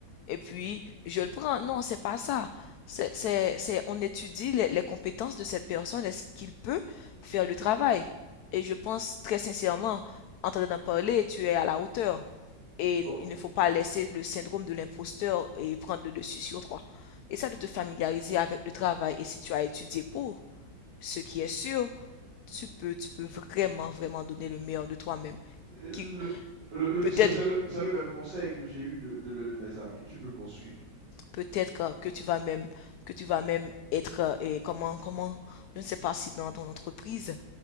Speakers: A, on the left; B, on the right.
A: et puis je le prends. Non, c'est pas ça. C'est, c'est, c'est, on étudie les, les compétences de cette personne. Est-ce qu'il peut faire le travail? Et je pense très sincèrement, en t'en parler, tu es à la hauteur. Et
B: Oh,
A: il ne faut pas laisser le syndrome de l'imposteur et prendre le dessus sur toi. Essaie de te familiariser avec le travail et si tu as étudié pour, ce qui est sûr, tu peux, tu peux vraiment, vraiment donner le meilleur de toi-même.
B: le-
A: Qui-
B: le- le-
A: Peut-être,
B: c'est c'est le, c'est le même conseil que j'ai eu de, de l'un de mes amis. Tu peux poursuivre.
A: peut-être que tu vas même, que tu vas même être, euh, et comment, comment, je ne sais pas si dans ton entreprise,